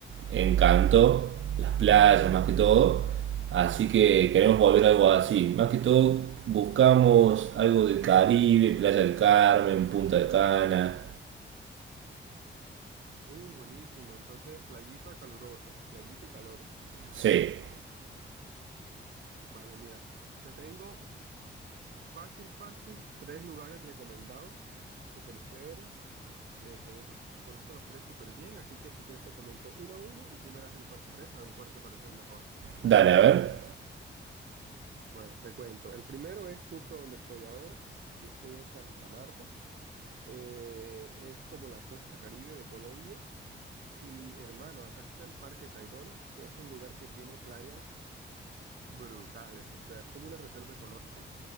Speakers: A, on the right; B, on the right.
A: encantó las playas más que todo. Así que queremos volver a algo así. Más que todo buscamos algo del Caribe, Playa del Carmen, Punta de Cana.
B: Uh, buenísimo. Entonces, playita calurosa, playita y calor.
A: Sí.
B: Vale, mira, te tengo fácil, fácil, tres lugares recomendados, súper chéveres. Eh, los conozco los tres súper bien, así que si quieres te comento uno a uno y tú me das el top tres a ver cuál te parece el mejor.
A: Dale, a ver.
B: Bueno, te cuento. El primero es justo donde estoy ahora. Yo estoy en Santa Marta. Eh, es como la costa Caribe de Colombia. Y hermano, acá está el Parque Tayrona, que es un lugar que tiene playas brutales. O sea, es como una reserva ecológica